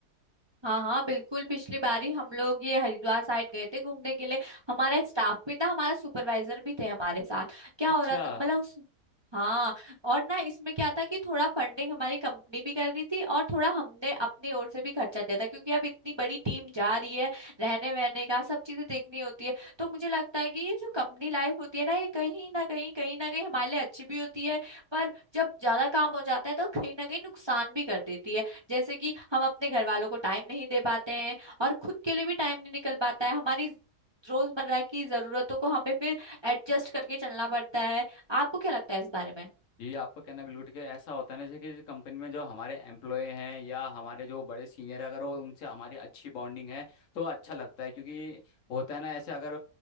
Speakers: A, on the right; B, on the left.
A: हाँ हाँ बिल्कुल पिछली बारी हम लोग ये हरिद्वार साइड गए थे घूमने के लिए हमारा स्टाफ भी था हमारा सुपरवाइजर भी थे हमारे साथ क्या
B: अच्छा
A: हो रहा था मतलब उस हाँ और ना इसमें क्या था कि थोड़ा फंडिंग हमारी कंपनी भी कर रही थी और थोड़ा हमने अपनी ओर से भी खर्चा दिया था क्योंकि अब इतनी बड़ी टीम जा रही है रहने वहने का सब चीजें देखनी होती है तो मुझे लगता है कि ये जो कंपनी लाइफ होती है ना ये कहीं ना कहीं कहीं ना कहीं हमारे लिए अच्छी भी होती है पर जब ज्यादा काम हो जाता है तो कहीं ना कहीं नुकसान भी कर देती है जैसे कि हम अपने घर वालों को टाइम नहीं दे पाते हैं और खुद के लिए भी टाइम नहीं निकल पाता है हमारी रोजमर्रा की जरूरतों को हमें फिर एडजस्ट करके चलना पड़ता है आपको क्या लगता है इस बारे में
B: जी आपका कहना बिल्कुल ठीक है ऐसा होता है ना जैसे कि कंपनी में जो हमारे एम्प्लॉय हैं या हमारे जो बड़े सीनियर है अगर वो उनसे हमारी अच्छी बॉन्डिंग है तो अच्छा लगता है क्योंकि होता है ना ऐसे अगर